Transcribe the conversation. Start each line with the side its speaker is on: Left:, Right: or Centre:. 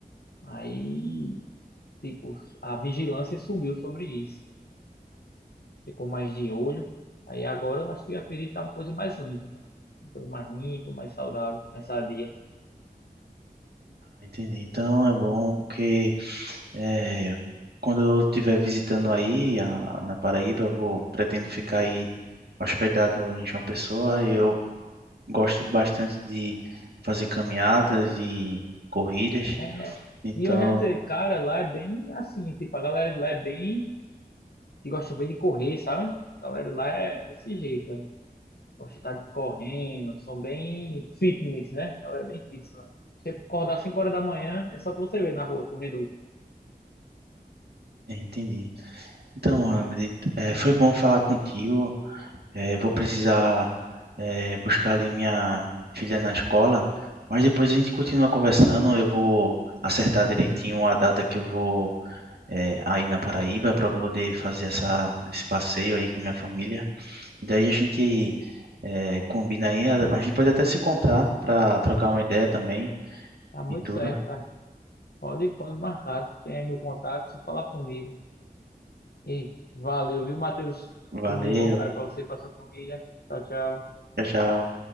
Left: Aí, tipo, a vigilância subiu sobre isso. Ficou mais de olho. Aí agora eu acho que a ferida tá uma coisa mais limpa, né? Uma coisa mais limpa, mais saudável, mais sadia.
Right: entende? Então é bom porque eh, quando eu estiver visitando aí a- na Paraíba, eu vou pretendo ficar aí hospedado em João Pessoa, eu Gosto bastante de fazer caminhadas e corridas.
Left: É.
Right: Então,
Left: E eu já dizer, cara, lá é bem assim, tipo, a galera de lá é bem que gosta bem de correr, sabe? A galera de lá é desse jeito, né? Gosto de estar correndo, são bem fitness, né? A galera é bem fitness lá. Se você acordar 5 horas da manhã, é só que você vê na rua, corredor.
Right: é, entendi. Então, Mohamed, é, foi bom falar contigo. É, vou precisar, é, buscar ali minha filha na escola, mas depois a gente continua conversando. Eu vou acertar direitinho a data que eu vou, é, aí na Paraíba para poder fazer essa, esse passeio aí com minha família. E daí a gente, é, combina aí. A a gente pode até se encontrar para trocar uma ideia também
Left: Tá muito
Right: e tudo.
Left: certo, cara. Pode, pode marcar, tem aí meu contato, só falar comigo. E valeu, viu, Matheus?
Right: Valeu,
Left: Tudo de bom, cara, pra você e pra sua família. Tchau, tchau.
Right: tchau, tchau.